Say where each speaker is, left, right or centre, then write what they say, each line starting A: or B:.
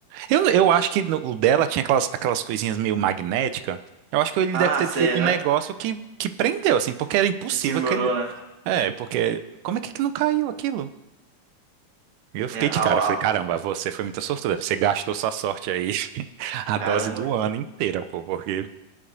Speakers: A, on the right (about 85°); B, on the right (about 40°).
A: Eu, eu acho que no- o dela tinha aquelas, aquelas coisinhas meio magnética. Eu acho que ele
B: Ah,
A: deve ter
B: sei,
A: feito
B: aham.
A: um negócio que, que prendeu, assim, porque era impossível
B: Que segurou,
A: que ele.
B: né?
A: É, porque. Como é que que não caiu aquilo? E eu fiquei
B: É, a,
A: de cara, falei,
B: a-
A: caramba, você foi muito sortuda, você gastou sua sorte aí, <laughs> a
B: caramba.
A: dose do ano inteira, pô, porque.